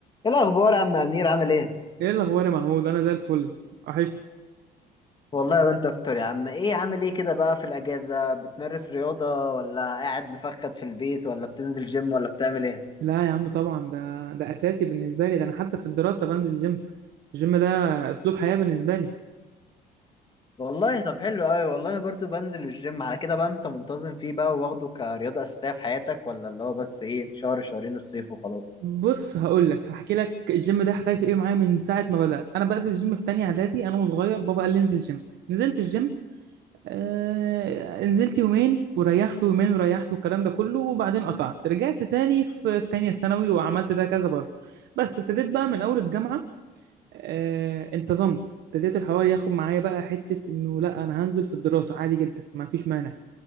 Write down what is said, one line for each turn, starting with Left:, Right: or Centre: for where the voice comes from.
Left: ايه الاخبار يا عم امير عامل ايه
Right: ايه الاخبار يا محمود انا زي الفل وحشني
Left: والله وانت اكتر يا عم ايه عامل ايه كده بقى في الاجازه بتمارس رياضه ولا قاعد مفخد في البيت ولا بتنزل جيم ولا بتعمل ايه
Right: لا يا عم طبعا ده ده اساسي بالنسبه لي ده انا حتى في الدراسه بنزل جيم الجيم ده اسلوب حياه بالنسبه لي
Left: والله طب حلو قوي والله انا برضو بنزل الجيم على كده بقى انت منتظم فيه بقى واخده كرياضه اساسيه في حياتك ولا اللي هو بس ايه شهر شهرين الصيف وخلاص
Right: بص هقول لك هحكي لك الجيم ده حكايته ايه معايا من ساعه ما بدات انا بدات الجيم في تانية اعدادي انا وصغير بابا قال لي انزل جيم نزلت الجيم آه نزلت يومين وريحت ويومين وريحت والكلام ده كله وبعدين قطعت رجعت تاني في في تانية ثانوي وعملت ده كذا برضه بس ابتديت بقى من اول الجامعه آه، انتظمت ابتديت الحوار ياخد معايا بقى حتة انه لا انا هنزل في الدراسة عادي جدا ما فيش مانع